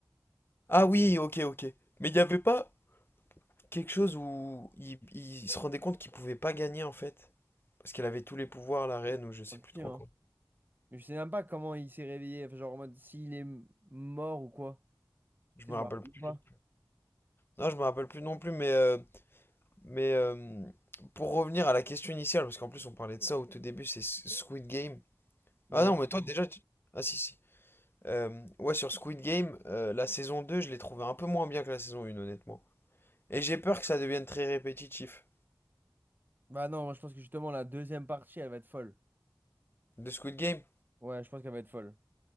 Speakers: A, on the left; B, on the right.
A: Ah oui, ok, ok. Mais il n'y avait pas quelque chose où il, il se rendait compte qu'il pouvait pas gagner en fait? Parce qu'elle avait tous les pouvoirs, la reine, ou je sais
B: Pas que
A: plus
B: si,
A: trop
B: hein.
A: quoi.
B: Mais je sais même pas comment il s'est réveillé. Enfin, genre en mode s'il est m- mort ou quoi.
A: Je
B: Tu
A: me
B: sais,
A: rappelle
B: je me rappelle
A: plus.
B: pas.
A: Non, je me rappelle plus non plus, mais, euh, mais euh, pour revenir à la question initiale, parce qu'en plus on parlait de ça au tout début, c'est S- Squid Game.
B: Ouais.
A: Ah non, mais toi déjà. tu- Ah si, si. Euh, ouais, sur Squid Game, euh, la saison 2 je l'ai trouvée un peu moins bien que la saison 1, honnêtement. Et j'ai peur que ça devienne très répétitif.
B: Bah non, moi je pense que justement la deuxième partie, elle va être folle.
A: De Squid Game,
B: Ouais, je pense qu'elle va être folle.